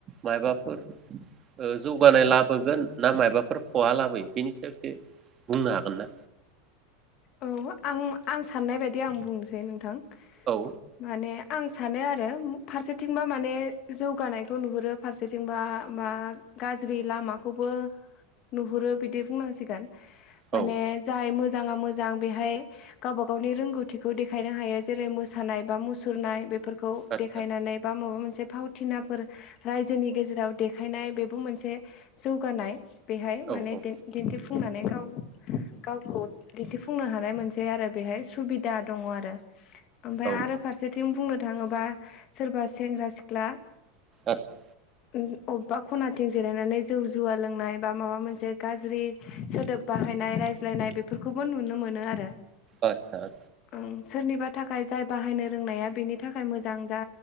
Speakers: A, on the right (about 35°); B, on the left (about 45°).
A: माइ बाफोर ओ जौगानाय लाब होगोन ना मायबाफोर खहा लाबोयो बेनि सायावसो बुंनो हागोन ना?
B: औ आं आं साननाय बायदि आं बुंनोसै नोंथां
A: औ
B: माने आं सानो आरो फारसेथिंबा माने जौगानायखौ नुहुरो फारसेथिंबा मा गाज्रि लामाखौबो नुहुरो बिदि बुंनांसिगोन
A: औ
B: माने जाय मोज मोजांङा मो। मोजां बेहाय गावबा गावनि रोंगौथिखौ देखायनो हायो जेरै मोसानाय बा मुसुरनाय बेफोर। खौ
A: आदसा
B: देखायनानै बा माबा मोनसे। से फावथिनाफोर रायजोनि गेजेराव देखायनाय बेबो मोनसे जौगानाय। बेहाय माने
A: औ औ
B: दिन दिन्थि। फुंनानै गाव गावखौ। दिन्थिफुंनो हानाय मोनसे आरो बेहाय सुबिदा दंङ आरो। ओमफ्राय
A: औ
B: आरो फारसेथिं बुंनो। नो थांङोबा सोरबा सेंग्रा सिख्ला।
A: आतसा।
B: ओ अबेबा खनाथिं जिरायनानै जौ जुवा लोंनाय बा माबा मोनसे गाज्रि सोदोब बाहायनाय रायज्लायनाय बे बेफोरखौबो नुनो मोनो आरो।
A: आतसा आ।
B: ओं सोरनिबा थाखाय जाय बाहायनो रोंनाया बेनि थाखाय मोजां जा